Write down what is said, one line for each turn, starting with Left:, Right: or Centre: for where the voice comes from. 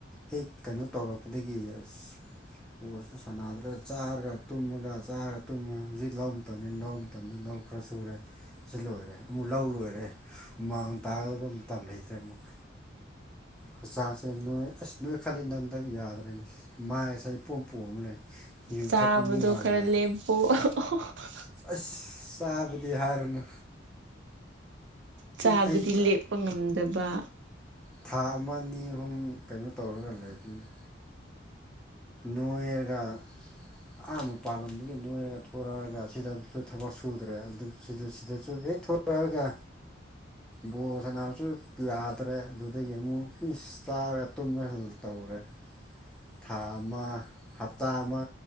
Centre: ꯍꯦꯛ ꯀꯩꯅꯣ ꯇꯧꯔꯛꯄꯗꯒꯤ ꯑꯁ ꯕꯣꯜꯁꯨ ꯁꯥꯟꯅꯗ꯭ꯔꯦ ꯆꯥꯔꯒ ꯇꯨꯝꯃꯒ ꯆꯥꯔꯒ ꯇ ꯍꯧꯖꯤꯛ ꯂꯧ ꯃꯇꯝꯅꯤꯅ ꯂꯧꯕ ꯃꯇꯝꯗ ꯂꯧ ꯈꯔ ꯁꯨꯔꯦ ꯁꯤ ꯂꯣꯏꯔꯦ ꯑꯃꯨꯛ ꯂꯧ ꯂꯣꯏꯔꯦ ꯍꯨꯃꯥꯡ ꯇꯥꯒꯗꯕ ꯃꯇꯝ ꯂꯩꯇ꯭ꯔꯦ ꯃꯨꯛ ꯍꯛꯆꯥꯡꯁꯦ ꯅꯣꯏ ꯑꯁ ꯅꯣꯏ ꯈꯠꯂꯤꯗ ꯍꯟꯗꯛ ꯌꯥꯗ꯭ꯔꯦꯅꯦ ꯃꯥꯏꯁꯦ ꯏꯄꯣꯝꯄꯣꯝ ꯂꯩ ꯌꯨ
Right: ꯆꯥꯕꯗꯣ
Centre: ꯊꯛꯄ ꯃꯤ ꯃꯥꯜꯂꯦ ꯍꯥꯏ
Right: <unintelligible>
Centre: ꯑꯁ ꯆꯥꯕꯗꯤ ꯍꯥꯏꯔꯅꯨ
Right: ꯆꯥꯕꯗꯤ
Centre: ꯑꯩꯁꯨ
Right: ꯂꯦꯛꯄ ꯉꯝꯗꯕ
Centre: ꯊꯥ ꯑꯃ ꯅꯤ ꯍꯨꯝ ꯀꯩꯅꯣ ꯇꯧꯔꯒ ꯂꯩꯕꯅꯤ ꯅꯣꯏꯔꯒ ꯑꯍ ꯃꯄꯥꯥꯟꯂꯝꯗꯒꯤ ꯅꯣꯏꯔꯒ ꯊꯣꯔꯛꯑꯒ ꯁꯤꯗꯁꯨ ꯊꯕꯛ ꯁꯨꯗ꯭ꯔꯦ ꯑꯗꯨ ꯁꯤꯗꯁꯨ ꯍꯦꯛ ꯔꯒ ꯕꯣꯜ ꯁꯥꯟꯅꯕꯁꯨ ꯌꯥꯗ꯭ꯔꯦ ꯑꯗꯨꯗꯒꯤ ꯑꯃꯨꯛ ꯐꯤꯁ ꯆꯥꯔꯒ ꯇꯨꯝꯃ ꯇꯧꯔꯦ ꯊꯥ ꯑꯃ ꯍꯞꯇꯥ ꯑꯃ